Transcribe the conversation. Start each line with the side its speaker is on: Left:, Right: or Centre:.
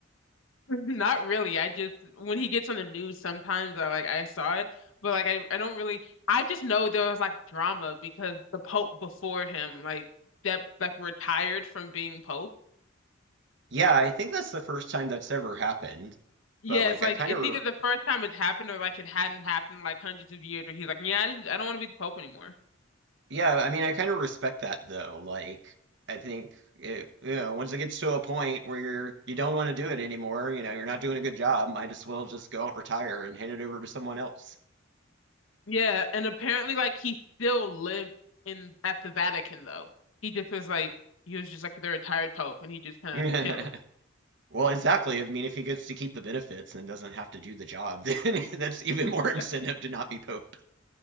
Left: <laughs> Not really. I just when he gets on the news sometimes I like I saw it, but like I, I don't really I just know there was like drama because the Pope before him like that like retired from being Pope.
Right: Yeah, I think that's the first time that's ever happened.
Left: Yeah,
Right: But like
Left: it's like
Right: I kind
Left: it's
Right: of
Left: either the first time it happened or like it hadn't happened like hundreds of years where he's like, yeah, I, just, I don't want to be the Pope anymore.
Right: Yeah, I mean, I kind of respect that though. Like, I think it, you know, once it gets to a point where you're you don't want to do it anymore, you know, you're not doing a good job, might as well just go out and retire and hand it over to someone else.
Left: Yeah, and apparently like he still lived in at the Vatican though. He just was like he was just like the retired pope and he just kind
Right: <laughs>
Left: of chilled.
Right: Well, exactly. I mean, if he gets to keep the benefits and doesn't have to do the job, <laughs> then that's even
Left: <laughs>
Right: more
Left: Yeah.
Right: incentive to not be Pope.